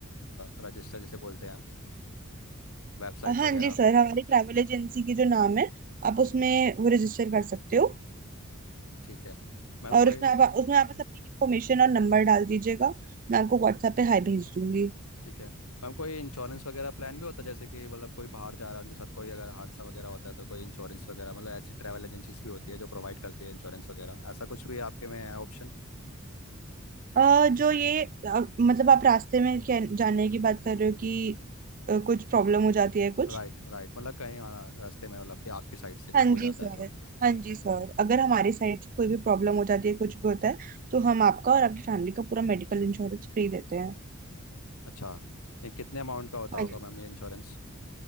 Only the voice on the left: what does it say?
रजिस्टर जैसे बोलते हैं वेबसाइट
वगैरह
ठीक है मैम कोई
ठीक है मैम कोई इंश्योरेंस वगैरह प्लान भी होता है जैसे कि मतलब कोई बाहर जा रहा है उनके साथ कोई अगर हादसा वगैरह होता है तो कोई इंश्योरेंस वगैरह मतलब ऐसी ट्रैवल एजेंसीज भी होती है जो प्रोवाइड करती है इंश्योरेंस वगैरह ऐसा कुछ भी आपके में है ऑप्शन
राइट राइट मतलब कहीं हाँ, रास्ते में मतलब कि आपकी साइड से कुछ
हो
जाता
है तो
अच्छा ये कितने अमाउंट का होता
होगा
मैम ये इंश्योरेंस